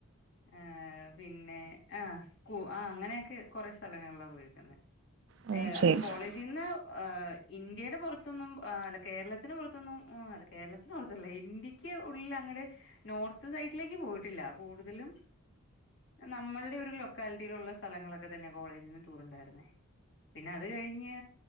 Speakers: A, on the left; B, on the right.
A: ഏഹ് പിന്നെ ആഹ് കു ആഹ് അങ്ങനെക്കെ കൊറെ സ്ഥലങ്ങളിലാ പോയെക്കുന്നെ
B: ഓ
A: ഏ
B: ശരി
A: കോളേജിന്ന്
B: ശരി
A: ആ ഇന്ത്യയുടെ പുറത്തൊന്നും അല്ല കേരളത്തിന് പുറത്തൊന്നും അല്ല കേരളത്തിന് പുറത്തല്ല ഇന്ത്യക്ക് ഉള്ളിൽ അങ്ങടെ നോർത്ത് സൈഡിലേക്ക് പോയിട്ടില്ല. കൂടുതലും നമ്മളുടെ ഒരു ലൊക്കാലിറ്റിയിലുള്ള സ്ഥലങ്ങളൊക്കെ തന്നെ കോളേജിൽ നിന്ന് ടൂർ ഉണ്ടായിരുന്നേ. പിന്നെ അത് കഴിഞ്ഞ്